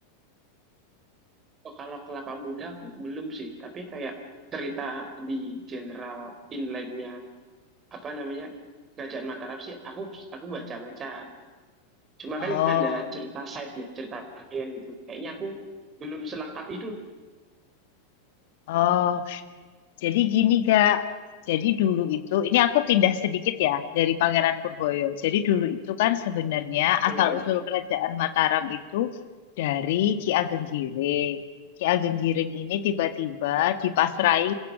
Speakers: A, on the right; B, on the left.
A: Oh, kalau kelapa muda aku belum sih, tapi kayak cerita di general inlandnya apa namanya Kerajaan Mataram sih, aku aku baca-baca. Cuma
B: Oh,
A: kan ada cerita side-nya, cerita sampingan gitu. Kayaknya aku belum selengkap itu.
B: oh. Jadi gini Kak, jadi dulu itu, ini aku pindah sedikit ya dari Pangeran Purboyo. Jadi dulu itu kan sebenarnya
A: Boleh
B: asal-usul
A: boleh.
B: kerajaan Mataram itu dari Ki Ageng Giring. Ki Ageng Giring ini tiba-tiba dipasrai